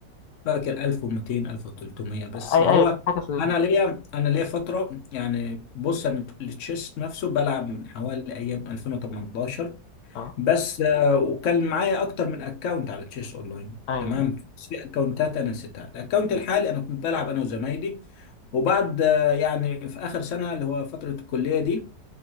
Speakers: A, on the left (about 50°); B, on the left (about 75°).
A: فاكر 1200 1300 بس
B: اي
A: هو
B: ايوه كانت حاجه في الرينج
A: انا
B: ده
A: ليا انا ليا فتره يعني بص انا التشيس نفسه بلعب من حوالي ايام 2018
B: اه
A: بس آه، وكان معايا اكتر من اكونت على تشيس اونلاين
B: ايوه
A: تمام بس في اكونتات انا نسيتها الاكونت الحالي انا كنت بلعب انا وزمايلي وبعد آه، يعني في اخر سنه اللي هو فتره الكليه دي